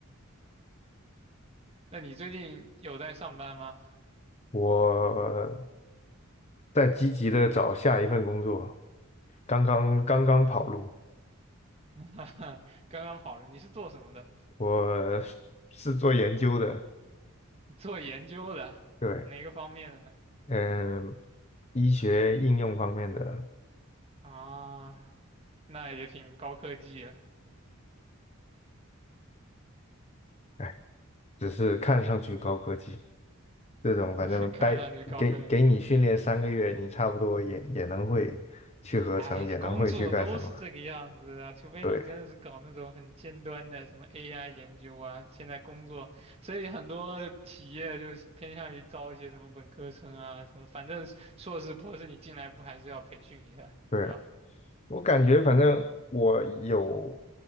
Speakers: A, on the right; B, on the left.
A: 那你最近有在上班吗？
B: 我在积极的找下一份工作，刚刚刚刚跑路，
A: <laughs> 刚刚跑了，你是做什么的？
B: 我是是做研究的，
A: 你做研究的，
B: 对，
A: 哪个方面的呢？
B: 嗯，医学应用方面的，
A: 啊，那也挺高科技了，
B: 哎，只是看上去高科技。这种反正待给给你训练三个月，
A: <laughs> 看上去高科技。
B: 你差不多也也能会去合成，
A: 哎，
B: 也能会去干什么。
A: 工作都是这个样子啊，除非你真的是搞那种很尖端的什么
B: 对
A: AI 研究啊，现在工作，所以很多企业就是偏向于招一些什么本科生啊，什么反正硕士博士你进来不还是要培训一下，
B: 对，
A: 对吧？
B: 我感觉反正我有，